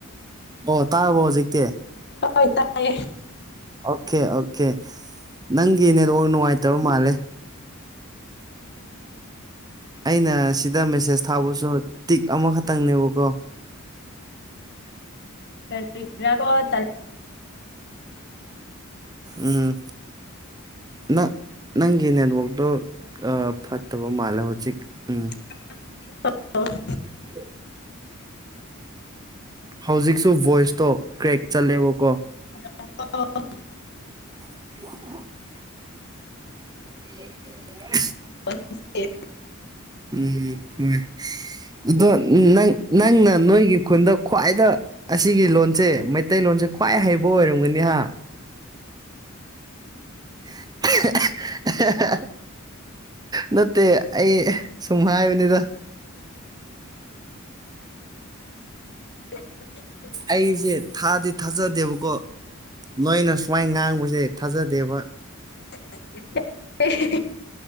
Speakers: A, on the right; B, on the left.
A: ꯑꯣ ꯇꯥꯔꯕꯣ ꯍꯧꯖꯤꯛꯇꯤ
B: ꯍꯣꯏ ꯇꯥꯏꯌꯦ
A: ꯑꯣꯀꯦ ꯑꯣꯀꯦ ꯅꯪꯒꯤ ꯅꯦꯠꯋꯥꯛ ꯅꯨꯡꯉꯥꯏꯇꯕ ꯃꯥꯜꯂꯦ ꯑꯩꯅ ꯁꯤꯗ ꯃꯦꯁꯦꯁ ꯊꯥꯕꯁꯨ ꯇꯤꯛ ꯑꯃꯈꯛꯇꯪꯅꯦꯕꯀꯣ
B: <unintelligible>
A: ꯎꯝ ꯅꯪ ꯅꯪꯒꯤ ꯅꯦꯠꯋꯥꯛꯇꯣ ꯑꯥ ꯐꯠ ꯇꯕ ꯃꯥꯂ ꯍꯧꯖꯤꯛ ꯎꯝ
B: <unintelligible>
A: <inaudible> ꯍꯧꯖꯤꯛꯁꯨ ꯚꯣꯏꯁꯇꯣ ꯀ꯭ꯔꯦꯛ ꯆꯠꯂꯦꯕꯀꯣ
B: <inaudible>
A: <inaudible> ꯎ
B: ꯑꯦ
A: ꯎꯝ ꯍꯣꯏ ꯑꯗꯣ ꯅꯪ ꯅꯪꯅ ꯅꯣꯏꯒꯤ ꯈꯨꯟꯗ ꯈ꯭ꯋꯥꯏꯗ ꯑꯁꯤꯒꯤ ꯂꯣꯟꯜꯁꯦ ꯃꯩꯇꯩꯂꯣꯟꯁꯦ ꯈ꯭ꯋꯥꯏ ꯍꯩꯕ ꯑꯣꯏꯔꯝꯒꯅꯤꯍ <inaudible> ꯅꯠꯇꯦ ꯑꯩ ꯁꯨꯝ ꯍꯥꯏꯕꯅꯤꯗ
B: <inaudible>
A: ꯑꯩꯁꯦ ꯊꯥꯗꯤ ꯊꯥꯖꯗꯦꯕꯀꯣ ꯅꯣꯏꯅ ꯃ꯭ꯋꯥꯏ ꯉꯥꯡꯕꯁꯦ ꯊꯥꯖꯗꯦꯕ
B: <inaudible>